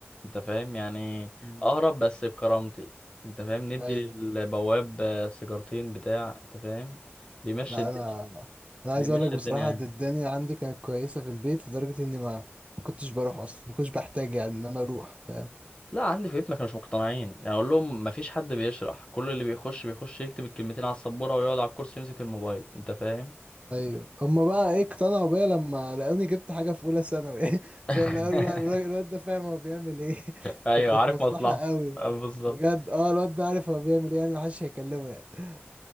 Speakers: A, on the left (about 25°); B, on the right (about 30°).
A: انت فاهم يعني
B: مم.
A: اهرب بس بكرامتي انت فاهم ندي
B: ايوه
A: للبواب آه، سيجارتين بتاع انت فاهم بيمشي
B: لا
A: الدنيا
B: انا انا عايز
A: بيمشي
B: اقول لك بصراحة
A: الدنيا يعني
B: إن الدنيا عندي كانت كويسة في البيت لدرجة اني ما ما كنتش بروح اصلا ما كنتش بحتاج يعني ان انا اروح فاهم
A: لا عندي في بيتنا كانوا مش مقتنعين يعني اقول لهم ما فيش حد بيشرح كل اللي بيخش بيخش يكتب الكلمتين على السبوره ويقعد على الكرسي يمسك الموبايل انت فاهم
B: ايوه هما بقى ايه اقتنعوا بيا لما لقوني جبت حاجه في اولى ثانوي <laughs>
A: <laughs>
B: فاهم لا قالوا لا الراجل الواد ده فاهم هو بيعمل ايه <laughs>
A: ايوه
B: فكانت
A: عارف
B: مصلحه
A: مصلحه
B: قوي
A: آه، بالظبط
B: بجد اه الواد ده عارف هو بيعمل ايه يعني محدش هيكلمه يعني <laughs>